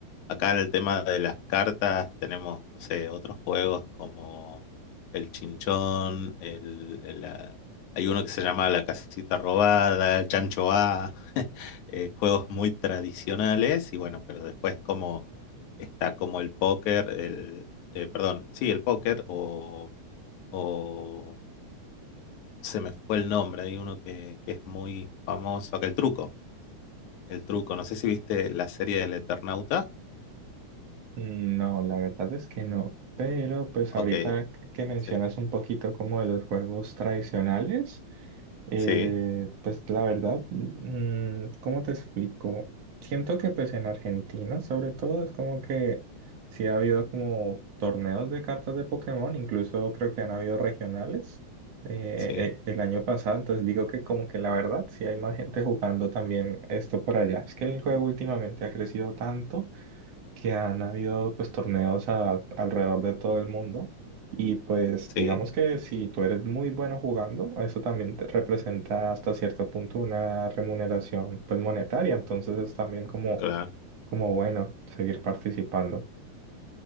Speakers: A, on the left (about 75°); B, on the right (about 60°).
A: Acá en el tema de las cartas tenemos, no sé, otros juegos como el chinchón, el, el, la- hay uno que se llama la casita robada, el chancho A, <laughs> eh, juegos muy tradicionales y bueno, pero después como está como el póker, el, eh, perdón, sí, el póker o... o se me fue el nombre, hay uno que, que es muy famoso, acá el truco, el truco, no sé si viste la serie del Eternauta,
B: No, la verdad es que no. Pero pues
A: o
B: ahorita
A: que,
B: que que mencionas
A: sí,
B: un poquito como de los juegos tradicionales, eh,
A: sí,
B: pues la verdad, mm, ¿cómo te explico? Siento que pues en Argentina sobre todo es como que sí ha habido como torneos de cartas de Pokémon, incluso creo que han habido regionales eh,
A: sí,
B: eh, el año pasado, entonces digo que como que la verdad sí hay más gente jugando también esto por allá. Es que el juego últimamente ha crecido tanto que han habido pues torneos a- alrededor de todo el mundo y pues
A: sí,
B: digamos que si tú eres muy bueno jugando, eso también te representa hasta cierto punto una remuneración pues monetaria, entonces es también como,
A: claro,
B: como bueno seguir participando.